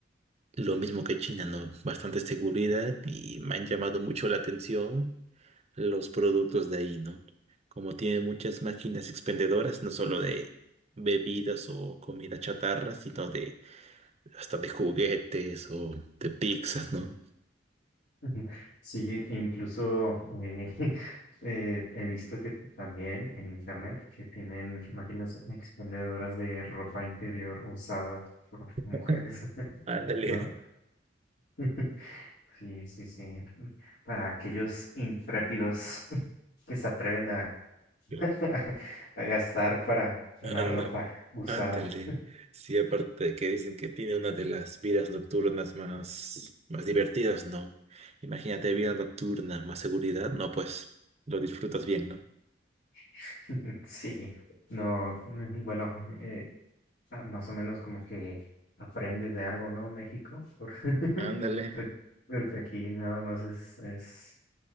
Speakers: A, on the right; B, on the left.
A: lo mismo que China, ¿no? Bastante seguridad y me han llamado mucho la atención los productos de ahí, ¿no? Como tiene muchas máquinas expendedoras, no solo de bebidas o comida chatarra, sino de hasta de juguetes o de pizzas, ¿no?
B: <laughs> Sí, incluso eh, <laughs> eh, he visto que también en internet que tienen máquinas expendedoras de ropa interior usada por
A: <laughs>
B: mujeres, <laughs>
A: Ándale.
B: ¿no? <laughs> Sí, sí, sí. Para aquellos intrépidos <laughs> que se atreven a, <laughs>
A: <laughs>
B: a gastar para una
A: Anda,
B: ropa usada.
A: ándale. Sí, aparte de que dicen que tiene una de las vidas nocturnas más, más divertidas, ¿no? Imagínate vida nocturna, más seguridad, no, pues lo disfrutas bien, ¿no?
B: <laughs> Sí, no, mm, bueno, eh, ah, más o menos como que aprende de algo, ¿no? México, por- <laughs>
A: Ándale,
B: por- porque aquí nada más es, es,